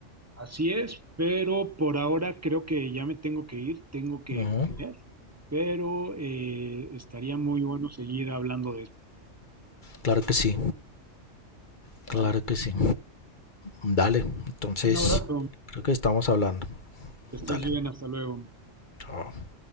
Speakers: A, on the right; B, on the left.
A: Así es, pero por ahora creo que ya me tengo que ir, tengo que
B: Ajá.
A: comer, pero eh, estaría muy bueno seguir hablando de esto.
B: Claro que sí, claro
A: Vale.
B: que sí. Dale, entonces
A: Un abrazo,
B: creo que estamos hablando.
A: que estés
B: Dale,
A: bien, hasta luego.
B: chao.